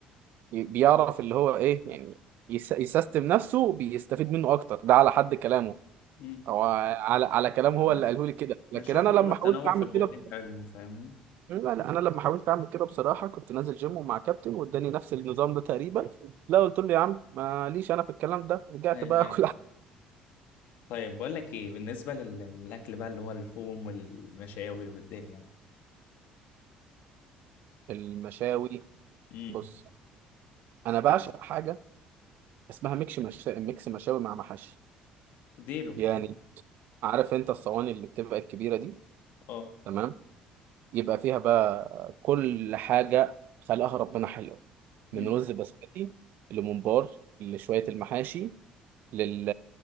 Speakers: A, on the right (about 65°); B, on the left (about 70°).
A: بيعرف اللي هو ايه يعني يس- يسيستم نفسه بيستفيد منه اكتر ده على حد كلامه
B: مم.
A: او على على كلام هو
B: انا
A: اللي قاله لي كده لكن
B: انا شايف
A: انا
B: ان
A: لما
B: هو التنوع
A: حاولت اعمل
B: في البروتين
A: كده
B: حلو فاهمني
A: لا لا انا لما حاولت اعمل كده بصراحه كنت نازل جيم ومع كابتن واداني نفس النظام ده تقريبا لا قلت له يا عم ماليش انا في الكلام ده رجعت
B: ايوه
A: بقى
B: ايوه
A: اكل
B: طيب بقول لك ايه بالنسبه لل- للاكل بقى اللي هو اللحوم والمشاوي والدنيا
A: <laughs> المشاوي
B: مم.
A: بص انا بعشق حاجه اسمها ميكس مشا... ميكس مشاوي مع محاشي
B: اديله
A: يعني عارف انت الصواني اللي بتبقى الكبيره دي
B: اه
A: تمام يبقى فيها بقى كل حاجه خلقها ربنا حلوه
B: مم.
A: من رز بسمتي لممبار لشويه المحاشي لل...